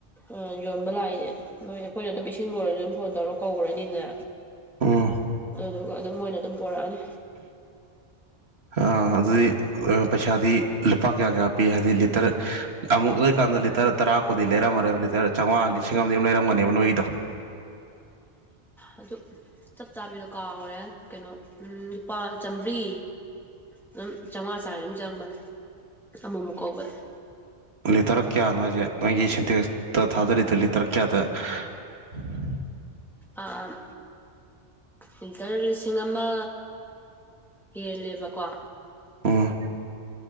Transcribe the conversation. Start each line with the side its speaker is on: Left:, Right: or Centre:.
Centre: ꯎꯝ ꯌꯣꯟꯕ ꯂꯥꯛꯏꯅꯦ ꯃꯣꯏ ꯑꯩꯈꯣꯏꯅ ꯑꯗꯨꯝ ꯏꯁꯤꯡ <unintelligible> ꯑꯗꯨꯝ ꯐꯣꯟ ꯇꯧꯔ ꯀꯧꯔꯅꯤꯗꯅ
Right: ꯎꯝ
Centre: ꯑꯗꯨꯗꯨꯒ ꯑꯗꯨꯝ ꯃꯣꯏꯅ ꯑꯗꯨꯝ ꯄꯨꯔꯛꯑꯅꯤ
Right: ꯑ ꯑꯗꯨꯗꯤ ꯄꯩꯁꯥꯗꯤ ꯂꯨꯄꯥ ꯀꯌꯥ ꯀꯌꯥ ꯄꯤ ꯍꯥꯏꯗꯤ ꯂꯤꯇꯔ ꯑꯃꯨꯛ ꯂꯩꯀꯥꯟꯗ ꯂꯤꯇꯔ ꯇꯔꯥ ꯀꯨꯟꯗꯤ ꯂꯩꯔꯝꯃꯗꯝꯅꯤ ꯂꯤꯇꯔ ꯆꯥꯝꯃꯉꯥ ꯂꯤꯁꯤꯡ ꯑꯃꯗꯤ ꯗꯨꯝ ꯂꯩꯔꯝꯒꯅꯤꯕ ꯅꯣꯏꯒꯤꯗꯣ
Centre: ꯑꯗꯨ ꯆꯞ ꯆꯥꯕꯤꯗꯣ ꯀꯥꯎꯔꯦ ꯀꯩꯅꯣ ꯝ ꯂꯨꯄꯥ ꯆꯥꯝꯃ꯭ꯔꯤ ꯑꯗꯨꯝ ꯆꯥꯝꯃꯉꯥ ꯆꯥ ꯑꯗꯨꯝ ꯆꯪꯕ ꯑꯃꯨꯛꯃꯨꯛ ꯀꯧꯕꯥ ꯂꯛ ꯑꯦ
Right: ꯂꯤꯇꯔ ꯀꯌꯥꯅꯣ ꯍꯥꯏꯁꯦ ꯅꯣꯏꯒꯤ ꯁꯦꯟꯇꯦꯛꯁꯇ ꯊꯥꯗꯔꯤꯗꯣ ꯂꯤꯇꯔ ꯀꯌꯥꯗ ꯍ <unintelligible>
Centre: ꯑꯥ ꯑꯥ ꯑꯥ ꯂꯤꯇꯔ ꯂꯤꯁꯤꯡ ꯑꯃ ꯍꯦꯜꯂꯦꯕꯀꯣ
Right: ꯎꯝ